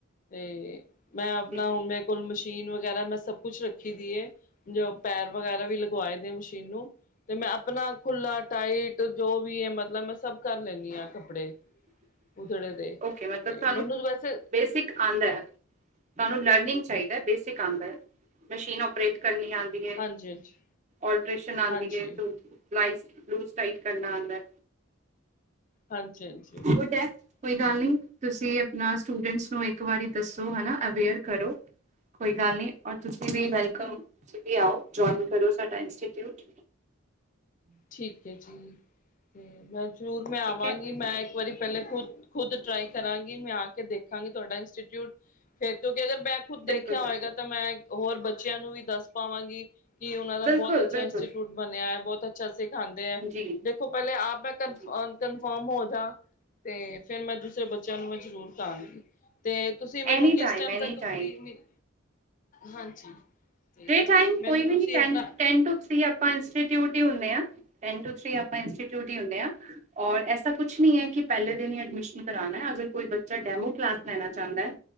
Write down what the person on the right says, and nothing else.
ਜੀ ਜੀ
<inaudible>
ਓਕੇ ਮਤਲਬ
ਤਹਾਨੂੰ
ਬੇਸਿਕ ਆਂਦਾ, ਤਹਾਨੂੰ ਲ ਲਿੰਕ ਚਾਹੀਦਾ ਬੇਸਿਕ ਆਂਦਾ ਹੈ, ਮਸ਼ੀਨ ਆਪਰੇਟ ਕਰਨੀ ਆਂਦੀ ਹੈ।
ਅਲਟ੍ਰੇਸ਼ਨ ਆਂਦੀ
ਏ, ਬਲੁ ਲਾਈਸ ਬਲੂਸ ਟਾਈਟ ਕਰਨਾ ਆਂਦਾ।
ਗੁੱਡ ਹੈ ਕੋਈ
ਗੱਲ ਨੀ ਤੁਸੀਂ ਤੁਸੀਂ ਆਪਣਾ ਸਟੂਡੈਂਟਸ ਨੂੰ ਇੱਕ ਵਾਰੀ ਦੱਸੋ ਹਨਾ ਅਵੇਅਰ ਕਰੋ, ਕੋਈ ਗੱਲ ਨਹੀਂ ਔਰ ਤੁਸੀਂ ਵੀ ਵੈਲਕਮ, ਤੁਸੀਂ ਵੀ ਆਓ, ਜੁਆਇਨ ਕਰੋ ਸਾਡਾ ਇੰਸਟੀਟਿਊਟ।
ਠੀਕ ਹੈ
ਬਿਲਕੁਲ ਬਿਲਕੁਲ
ਬਿਲਕੁਲ
ਬਿਲਕੁਲ
ਜੀ
ਜੀ
ਐਨੀ
ਟਾਈਮ
ਐਨੀ
ਟਾਈਮ
ਡੇ ਟਾਈਮ
ਕੋਈ ਵੀ
ਨਹੀਂ ਟਾਈਮ,
ਟੇਂਨ ਟੂ ਥ੍ਰੀ ਆਪਾਂ ਇੰਸਟੀਟਿਊਟ ਹੀ ਹੁੰਦੇ ਆਂ, ਟੇਂਨ ਟੂ ਥ੍ਰੀ ਆਪਾਂ ਇੰਸਟੀਟਿਊਟ ਹੀ ਹੁੰਦੇ ਹਾਂ, ਔਰ ਐਸਾ ਕੁਛ ਨਹੀਂ ਹੈ ਕਿ ਪਹਿਲੇ ਦਿਨ ਹੀ ਐਡਮਿਸ਼ਨ ਕਰਾਣਾ, ਅਗਰ ਕੋਈ ਬੱਚਾ ਡੈਮੋ ਕਲਾਸ ਲੈਣਾ ਚਾਂਹਦਾ,